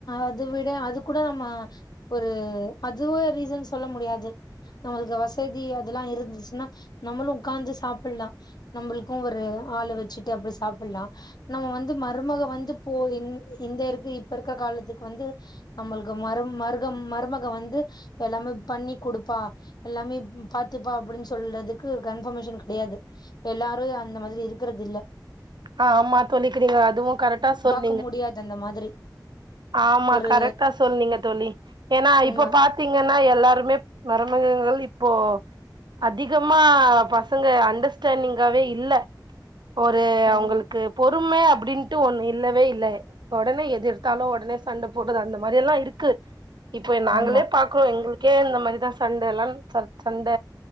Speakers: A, on the left; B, on the right.
A: அதவிட அது கூட நம்ம ஒரு அதுவே ரீசன் சொல்ல முடியாது நம்மளுக்கு வசதி அதெல்லம் இருந்துச்சுன்னா நம்மளு உக்காந்து சாப்பிடலா நம்ளுக்கு ஒரு ஆளு வச்சுட்டு அப்டி சாப்பிடலா நம்ம வந்து மருமக வந்து போ இந் இந்த இருக் இப்ப இருக்கிற காலத்துக்கு வந்து நம்மளுக்கு மரு மருகம் மருமக வந்து இப்ப எல்லாமே பண்ணி குடுப்பா எல்லாமே பாத்துப்பா அப்டின்னு சொல்றதுக்கு கன்பர்மேஷன் கெடையா து எல்லாரு அந்த மாரி இருக்கறதில்ல
B: ஆ ஆமா தோழிக்கு நீங்க அதுவு கரெக்டா சொல்
A: க்க முடியாது அந்த மாதிரி
B: ஆமா
A: ஒரு
B: கரெக்டா சொன்னீங்க தோழி ஏன்னா இப்ப
A: ம
B: பாத்தீங்க‌ ன்னா எல்லாருமே மருமகங்கள் இப்போ அதிகமா பசங்க அண்டர்ஸ்டாண்டிங்காவே இல்ல ஒரு
A: கண்
B: அவங் பொறும அப்டின்ட்டு ஒண்ணு இல்லவே இல்ல ஒடனே எதெடுத்தாலு உடனே சண்ட போட்டது அந்த மாரி எல்லா இருக்கு இப்போ நாங்களே
A: ஆமா
B: பாக்குறோ எங்களுக் கே இந்தமாரிதா சண்டை எல்லா ச சண்ட